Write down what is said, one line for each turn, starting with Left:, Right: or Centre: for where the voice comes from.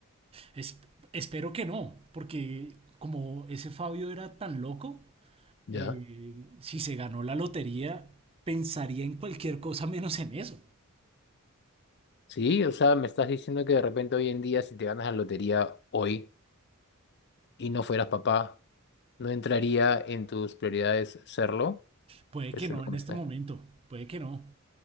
Right: Es- espero que no, porque como ese Fabio era tan loco,
Left: Ya.
Right: eh, si se ganó la lotería, pensaría en cualquier cosa menos en eso.
Left: Sí, o sea, me estás diciendo que de repente hoy en día si te ganas la lotería hoy y no fueras papá, ¿no entraría en tus prioridades serlo?
Right: Puede
Left: Eso
Right: que no
Left: es lo que
Right: en
Left: me
Right: este
Left: está-
Right: momento, puede que no.